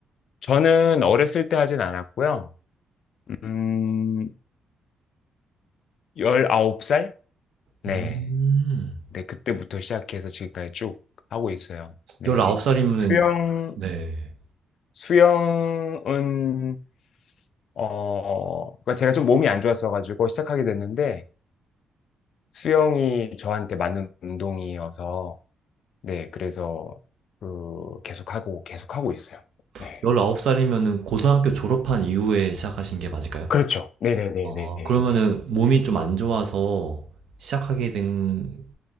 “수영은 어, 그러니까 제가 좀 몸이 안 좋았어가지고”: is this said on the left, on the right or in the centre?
Left